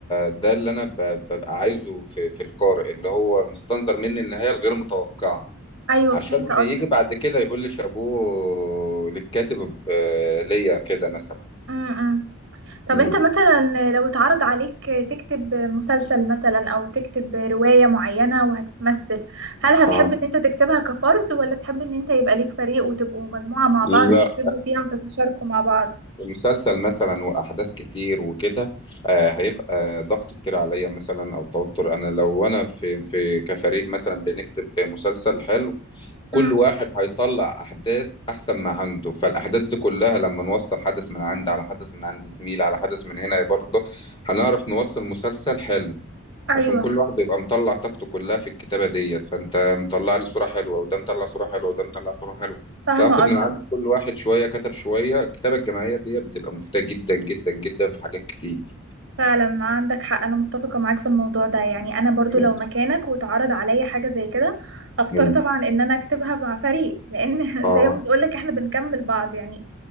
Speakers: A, on the left; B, on the right.
A: ده اللي أنا ب- ببقى عايزه في في القارئ اللي هو مستنظر مني النهاية الغير متوقعة
B: أيوة
A: عشان
B: فهمت قصدك
A: يجي بعد كده يقول لي شابوه للكاتب آه، ليا كده مثلا
B: امم طب
A: مم.
B: أنت مثلا لو اتعرض عليك تكتب مسلسل مثلا أو تكتب رواية معينة وهتتمثل هل هتحب
A: اه
B: إن أنت تكتبها كفرد ولا تحب إن أنت يبقى ليك فريق وتبقوا مجموعة مع
A: لا
B: بعض تكتبوا فيها وتتشاركوا مع بعض
A: مسلسل مثلا واحداث كتير وكده آه، هيبقى ضغط كتير عليا مثلا او توتر انا لو انا في في كفريق مثلا بنكتب مسلسل حلو كل
B: امم
A: واحد هيطلع احداث احسن ما عنده فالاحداث دي كلها لما نوصل حدث من عند على حدث من عند زميل على حدث من هنا برضه هنعرف نوصل مسلسل حلو
B: أيوة
A: عشان كل واحد بيبقى مطلع طاقته كلها في الكتابة ديت فانت مطلع لي صورة حلوة وده مطلع صورة حلوة وده مطلع صورة حلوة
B: فاهمة
A: تاخد
B: قصدك
A: من عند كل واحد شوية كتب شوية الكتابة الجماعية ديت بتبقى مفيدة جدا جدا جدا في حاجات كتير
B: فعلا عندك حق انا متفقه معاك في الموضوع ده يعني انا برضو
A: مم.
B: لو مكانك واتعرض عليا حاجه زي كده اختار
A: مم.
B: طبعا ان انا اكتبها مع فريق لان <laughs>
A: اه
B: زي ما بقولك احنا بنكمل بعض يعني